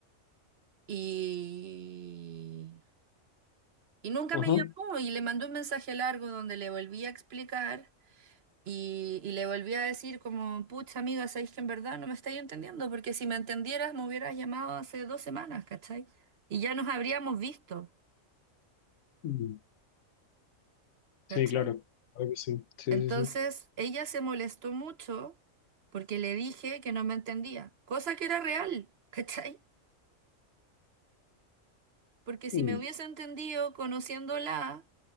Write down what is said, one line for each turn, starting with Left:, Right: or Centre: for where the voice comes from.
Right: y, y nunca
Left: Ajá.
Right: me llamó y le mandé un mensaje largo donde le volví a explicar. Y, y le volví a decir como, pucha amiga, sabéis que en verdad no me estáis entendiendo, porque si me entendieras me hubieras llamado hace dos semanas, ¿cachai? Y ya nos habríamos visto,
Left: Mm.
Right: ¿cachai?
Left: Sí, claro. Claro que sí. Sí,
Right: Entonces
Left: sí, sí.
Right: ella se molestó mucho porque le dije que no me entendía, cosa que era real, ¿cachai? Porque si
Left: Mm,
Right: me hubiese entendido conociéndola,